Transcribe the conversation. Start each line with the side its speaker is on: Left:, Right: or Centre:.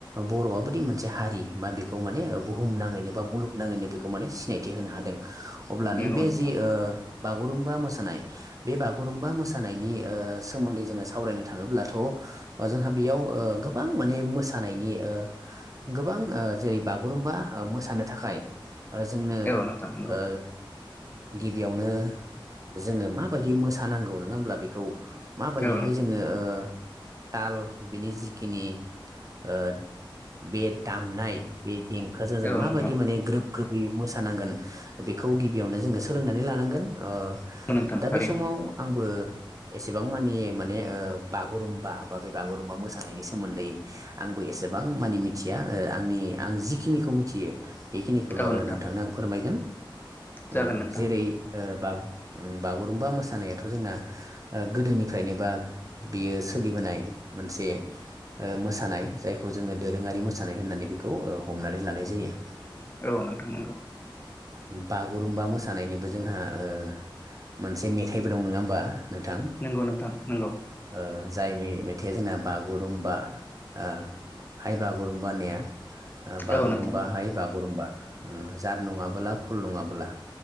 Right: बर'आबोदि मोनसे हारि मा बेखौ माने बुहुम नाङैनो बा मुलुगनााङैनो बेखौ माने सिनायथि होनो हादों। अब्ला नैबे
Left: नंगौ नोंथां
Right: जि ओ बागुरुम्बा मोसानाय बे बागुरुम्बा मोसानायनि ओ सोमोन्दै जोङो सावरायनो थाङोब्ला थ' ओ जोंहा बेयाव ओ गोबां माने मोसानायनि ओ गोबां ओ जेरै बा गुरुम्बा मोसानो थाखाय जोंनो
Left: औ नोंथां नंगौ
Right: ओ गिबियावनो जोङो माबायदि मोसानांगौ नोङा होमब्ला बेखौ माबायदिहाय
Left: औ नोंथां
Right: जोङो ओ ताल बिनि जिखिनि ओ बे दामनाय बे देंखोजों जों
Left: औ
Right: माबायदि
Left: नोंथां
Right: माने ग्रोब ग्रोबै मोसानांगोन बेखौ गिबियावनो जोङो सोलोंनानै लानांगोन। अ
Left: नोंथां
Right: दा
Left: थारैनो
Right: बे समाव आंबो एसेबां मानि माने ओ बाग गुरुम्बा बा बे बागुरुम्बा मोसानायनि सोमोन्दै आंबो एसेबां मानि मिथिया ओ आंनि आं जिखिनिखौ मिथियो बेखिनिखौल'
Left: औ नोंथां
Right: नोंथांनो आं फोरमायगोन।
Left: जागोन
Right: औ
Left: नोंथां
Right: जेरै ओ उम बागुरुमबा मोसानायाथ' जोंना ओ गोदोनिफ्रायनो बा बियो सोलिबोनाय मोनसे ओ मोसानाय जायखौ जोंङो दोरोङारि मोसानाय होननानै बेखौ ओ हमनानै लानाय जायो।
Left: औ नोंथां नोंगौ।
Right: बागुरुमबा मोसानायनिबो जोंहा ओ मोनसे मेथाइबो दं नोङा होमबा? नोंथां
Left: नंगौ नोंथां नंगौ।
Right: ओ जाय मेथाइया जोंना बागुरुम्बा ओ हाइ बागुरुम्बा होननाया। बागुरुम्बा
Left: औ नोंथां
Right: हाय बागुरुम्बा। उम जाद नङाबोला खुल नङाबोला